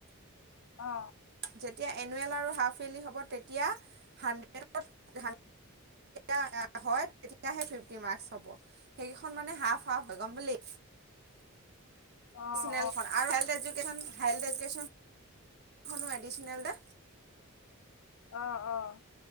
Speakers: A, on the left; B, on the right.
A: অ।
B: যেতিয়া এনুৱেল আৰু হাফলী হ'ব তেতিয়া হাড্ৰেড <unintelligible> হয় তেতিয়াহে ফিফটি মাৰ্ক হ'ব সেইকেইখন মানে হাফ হাফ হয় গম বুলি
A: অ',
B: নেন খনো এডিচনেল দে
A: অ', অ',